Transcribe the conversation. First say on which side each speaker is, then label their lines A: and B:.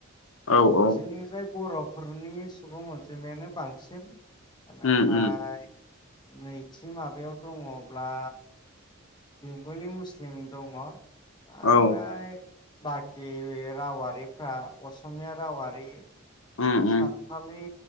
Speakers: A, on the left (about 65°); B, on the left (about 20°).
A: औ औ
B: जोंनि जाय बर' नखरनि सुबुं अनजिमायानो बांसिन। बेनिफ्राय
A: उम उम
B: नैथि माबायाव दङब्ला बेंगलि मुस्लिम दङ। आमफ्राय
A: औ
B: बाखि रावारिफ्रा असमिया रावारि
A: उम उम
B: सान्थालि